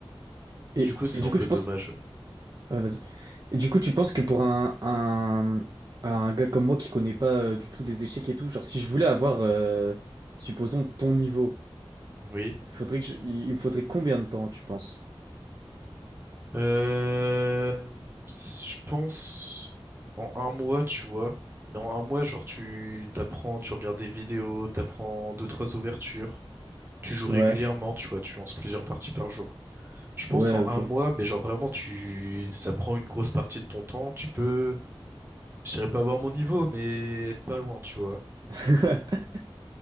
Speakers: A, on the right; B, on the right.
A: Et,
B: Du coup, c'est
A: et du
B: un peu
A: coup, je
B: dommage,
A: pense...
B: ouais.
A: Ah, vas-y. Et du coup, tu penses que pour un, un, un gars comme moi qui connaît pas euh, du tout les échecs et tout, genre, si je voulais avoir, euh, supposons, ton niveau,
B: Oui.
A: il faudrait que je- il il me faudrait combien de temps, tu penses?
B: Euh, je pense en un mois, tu vois. Mais en un mois, genre, tu t'apprends, tu regardes des vidéos, t'apprends deux, trois ouvertures, tu joues régulièrement,
A: Ouais,
B: tu vois, tu lances plusieurs parties par jour. Je pense
A: ouais,
B: en
A: ok.
B: un mois, mais genre vraiment, tu, ça prend une grosse partie de ton temps. Tu peux, je dirais pas avoir mon niveau, mais être pas loin, tu vois.
A: <laughs>